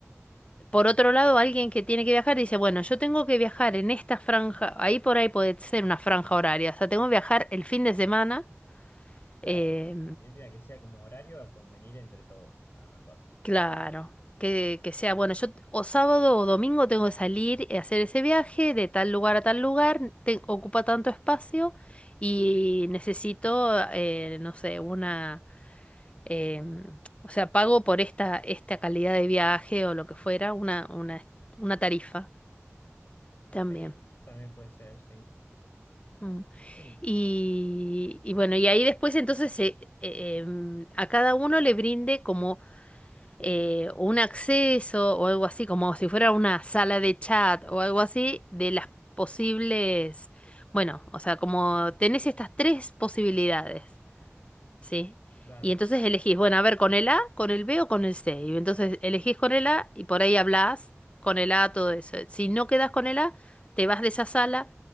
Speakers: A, on the left (about 25°); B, on the left (about 50°).
A: Por otro lado, alguien que tiene que viajar dice, bueno, yo tengo que viajar en esta franja, ahí por ahí puede ser una franja horaria, o sea, tengo que viajar el fin de semana.
B: claro.
A: eh,
B: Yo diría que sea como horario a convenir entre todos, a lo mejor.
A: Claro, que, que sea, bueno, yo o sábado o domingo tengo que salir y hacer ese viaje de tal lugar a tal lugar, te- ocupa tanto espacio y necesito, eh, no sé, una, em, o sea, pago por esta, esta calidad de viaje o lo que fuera, una, una, una tarifa también.
B: Sí, también puede ser, sí.
A: Mm.
B: Sí,
A: Y, y bueno, y ahí después entonces se- eh, em, a cada uno le brinde como eh, o un acceso o algo así, como si fuera una sala de chat o algo así, de las posibles, bueno, o sea, como tenés estas tres posibilidades, ¿sí?
B: claro,
A: Y entonces elegís, bueno, a ver, con el A, con el B o con el C. Y entonces elegís con el A y por ahí hablás con el A, todo eso. Si no quedás con el A, te vas de esa sala,